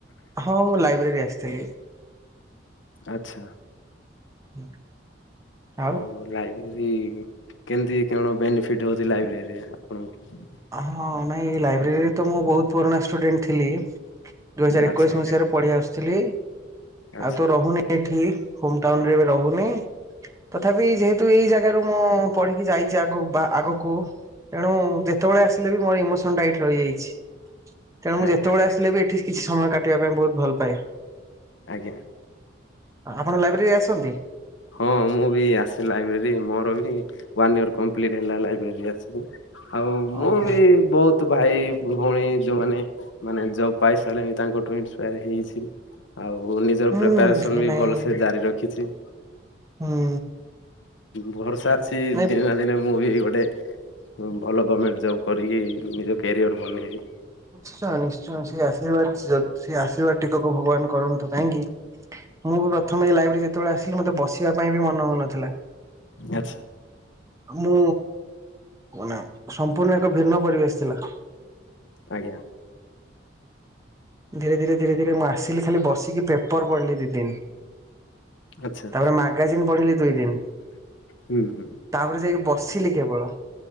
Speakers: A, on the right; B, on the left.
A: ହଁ ମୁଁ ଲାଇବ୍ରେରୀ ଆସିଥିଲି।
B: ଆଚ୍ଛା।
A: <inaudible> ଆଉ?
B: ହଉ ଲାଇ ସେ କେମିତି କଣ ବେନିଫିଟ ହଉଛି ଲାଇବ୍ରେରୀରେ ଆପଣଙ୍କୁ?
A: ହଁ ନାଇଁ ଲାଇ ବେରୀରେ ତ ମୁଁ ବହୁତ ପୁରୁଣା ଷ୍ଟୁଡେଣ୍ଟ ଥିଲ ଦୁଇହଜାର
B: ଆଚ୍ଛା
A: ଏକୋଇଶ ମସିହାରେ ପଢଆ ଆ ଥିଲି
B: ଆଚ୍ଛା
A: ଆଉ ତ ରହୁନି ଏଠି ହୋମ ଟାଉନ୍ ରେ ଏବେ ରହୁନି ତଥାପି ଯେହେତୁ ଏଇ ଜାଗାରୁ ମୁଁ ପଢିକି ଯାଇଛି ଆଗକୁ ବା ଆଗକୁ ତେଣୁ ଦେ ସେତେବେଳେ ଆସିଲେ ବି ମୋର ଇମୋସନ ଟାଇଟ୍ ରହିଯାଇଛି। ତେଣୁ ମୁଁ
B: ଆଜ୍ଞା
A: ଯେତେବେଳେ
B: ଆଜ୍ଞା
A: ଆସିଲେ ବି ଏଠି କିଛି ସମୟ କାଟିବା ପାଇଁ ବହୁତ ଭଲ ପାଏ।
B: ଆଜ୍ଞା
A: ଆପଣ ଲାଇବ୍ରେରୀରେ ଆସନ୍ତି?
B: ହଁ ମୁଁ ବି ଆସେ ଲାଇବ୍ରେରୀ ମୋର ବି ୱାନ ଇୟର କପ୍ଲିଟ ହେଲା ଲାଇବ୍ରେରୀ ଆସ ଆଉ ମୁଁ
A: ଓହୋ
B: ବି ବହୁତ ତୁ ଭାଇ ଭଉଣୀ ଯୋଉମାନୋନ ମାନେ ଜବ ପାଇସାରିଲେଣି ତାଙ୍କଠୁ ଇନ୍ସପାୟାର ହେଇଛି। ଆଉ ନିଜର
A: ହୁଁ
B: ପ୍ରିପାରେସନ୍
A: ଏ
B: ବି
A: ନାଇଁ
B: ଭଲସେ ଜାରି ରଖିଛି।
A: ହୁଁ
B: ଘର ସାର୍ ସେ
A: ନାଇଁ
B: ଦିନ ଦିନ ମୁଁ ବି ଗୋଟେ ଭଲ ଗଭର୍ଣ୍ଣମେଣ୍ଟ ଜବ୍ କରିକି ନିଜ କ୍ୟାରିଅର୍ ବନେଇବି।
A: ନିଶ୍ଚୟ ନିଶ୍ଚୟ ସେଇ ଆଶୀର୍ବାଦ ଜଲଦ ସେ ଆଶୀର୍ବାଦ ଟିକକୁ ଭଗବାନ କରନ୍ତୁ କାହିଁକି? ମୁଁ ପ୍ରଥମେ ଲାଇଭ ଯେତେବେଳେ ଆସିଲି ମତେ ବସିବା ପାଇଁ ବି ମନ ହଉନଥିଲା।
B: ଆଚ୍ଛା
A: ମୁଁ ମାନେ ସମ୍ପୂର୍ଣ୍ଣ ଏକ ଭିନ୍ନ ପରିବେଶ ଥିଲା।
B: ଆଜ୍ଞା
A: ଧୀରେ ଧୀରେ ଧୀରେ ଧୀରେ ମୁଁ ଆସିଲି ଖାଲି ବସିକି ପେପର ପଢିଲି ଦି ଦିନ
B: ଆଚ୍ଛା
A: ତାପରେ ମାଗାଜିନ୍ ପଢିଲି ଦୁ ଦିନ
B: ହୁଁ ହୁଁ
A: ତାପରେ ଯାଇକି ବସିଲି କେବଳ